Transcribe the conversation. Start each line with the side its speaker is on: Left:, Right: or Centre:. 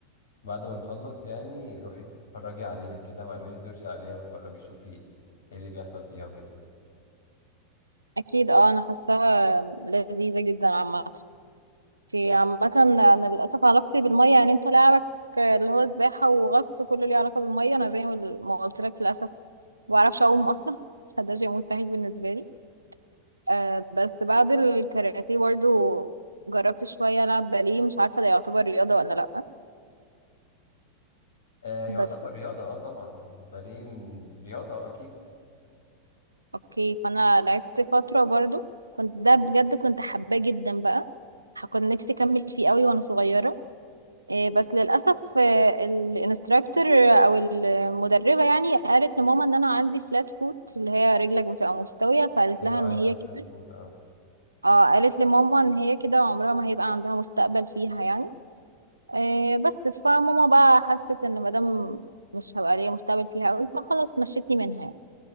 Left: بعد ما نخلص يعني روحي اتفرجي عليها كده واعملي سيرش عليها واتفرجي شوفي ايه اللي بيحصل فيها وكده
Right: اكيد اه انا حاساها لذيذه جدا عامه في عامه انا للاسف علاقتي بالميه يعني انت لعبك اللي هو سباحه وغطس كله ليه علاقه بالميه انا زي ما ما قلت لك للاسف ما بعرفش اعوم اصلا فده شيء مستحيل بالنسبه لي آه بس بعد الكاراتيه برضو جربت شوية ألعب باليه مش عارفة ده يعتبر رياضة ولا لأ
Left: آه يعتبر
Right: بس
Left: رياضة اه طبعا باليه من رياضة اكيد
Right: أوكي فأنا لعبت فترة برضو كنت ده بجد كنت حباه جدا بقى ح- كنت نفسي أكمل فيه قوي وأنا صغيرة آه بس للأسف آه الانستراكتور أو المدربة يعني قالت لماما إن أنا عندي فلات فوت اللي هي رجلك بتبقى مستوية فقالت
Left: ايوه
Right: لها إن
Left: عارف
Right: هي
Left: الفلات
Right: كده
Left: فود اه
Right: اه قالت لماما إن هي كده عمرها ما هيبقى عندها مستقبل فيها يعني آه بس فماما بقى حست ان مادام مش هبقى ليا مستقبل فيها قوي فخلاص مشيتني منها يعني